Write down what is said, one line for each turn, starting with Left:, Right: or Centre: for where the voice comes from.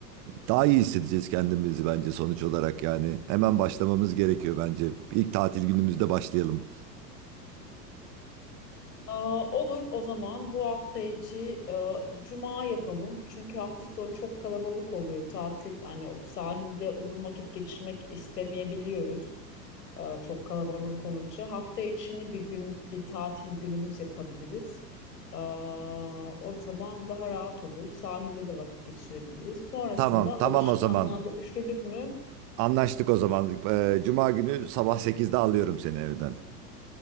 Right: daha iyi hissedeceğiz kendimizi bence sonuç olarak yani. Hemen başlamamız gerekiyor bence. İlk tatil günümüzde başlayalım.
Left: "Aa, olur o zaman bu hafta içi e, cuma yapalım. Çünkü hafta sonu çok kalabalık oluyor. Tatil hani o sahilde uzun vakit geçirmek istemeyebiliyoruz. e, çok kalabalık olunca. Hafta içini bir gün bir tatil günümüz yapabiliriz. E, O zaman daha rahat olur. Sahilde de vakit geçirebiliriz. Sonrasında
Right: Tamam, tamam
Left: alışkanlığa
Right: o zaman.
Left: dönüştürdük mü?
Right: Anlaştık o zaman. Ee, Cuma günü sabah sekizde alıyorum seni evden.